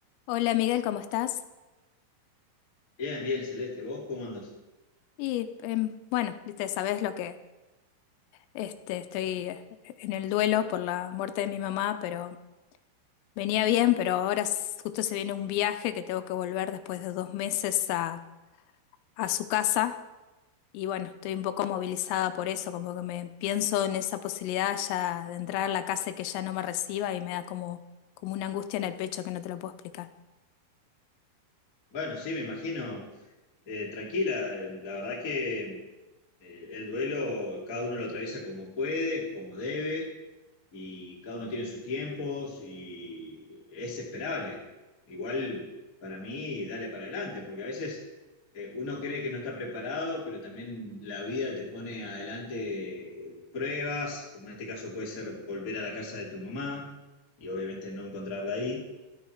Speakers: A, on the left; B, on the left.
A: Hola Miguel, ¿cómo estás?
B: Bien, bien, Celeste, ¿vos cómo andás?
A: Y em, bueno, viste, sabes lo que este, estoy eh, en el duelo por la muerte de mi mamá, pero venía bien, pero ahora s- justo se viene un viaje que tengo que volver después de dos meses a, a su casa y bueno, estoy un poco movilizada por eso, como que me pienso en esa posibilidad ya de entrar a la casa y que ya no me reciba y me da como, como una angustia en el pecho que no te lo puedo explicar.
B: Bueno, sí, me imagino, eh, tranquila, eh, la verdad que eh, el duelo cada uno lo atraviesa como puede, como debe, y cada uno tiene sus tiempos y es esperable. Igual para mí, dale para adelante, porque a veces eh, uno cree que no está preparado, pero también la vida te pone adelante pruebas, como en este caso puede ser volver a la casa de tu mamá y obviamente no encontrarla ahí